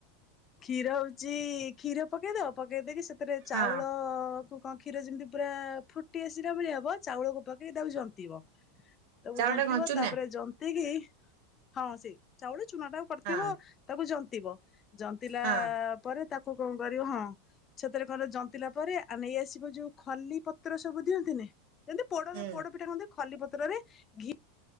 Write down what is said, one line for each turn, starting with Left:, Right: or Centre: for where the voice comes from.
Left: କ୍ଷୀର ହଉଛି କ୍ଷୀର ପକେଇଦବ ପକେଇଦକି ସେଥିରେ ଚାଉଳ
Right: ହଁ
Left: କଣ କ୍ଷୀର ଯେମିତି ପୁରା ଫୁଟି ଆସିଲା ଭଳିଆ ବ ଚାଉଳକୁ ପକେଇ ତାକୁ ଜନ୍ତି ତାକୁ
Right: ଚାଉଳ
Left: ଜନ୍ତିବ
Right: ଟା କଣ ଚୁନା
Left: ତାପରେ ଜନ୍ତି କିି ହଁ ସେ ଚାଉଳ ଚୁନା ଟାକୁ କରିଥିବ
Right: ହଁ
Left: ତାକୁ ଜନ୍ତିବ ଜନ୍ତଲାା
Right: ହଁ
Left: ପରେ ତାକୁ କଣ କରିବ ହଁ। <unintelligible> ପତ୍ର ସବୁ ଦିଅନ୍ତିନି ଯେମିତି ପୋଡ
Right: ହୁଁ
Left: ପୋଡ ପିଠା ଖଲି ପତ୍ରରେ ଘି